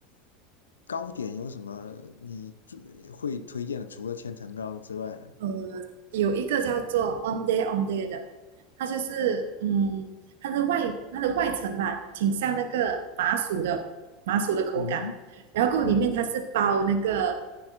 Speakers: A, on the left; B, on the right.
A: 糕点有什么你最会推荐的？除了千层糕之外，
B: 呃，有一个叫做 On Day On Day 的，它就是嗯，它的外它的外层嘛，挺像那个麻薯的麻薯的口感，
A: 嗯
B: 然后够里面它是包那个
A: 嗯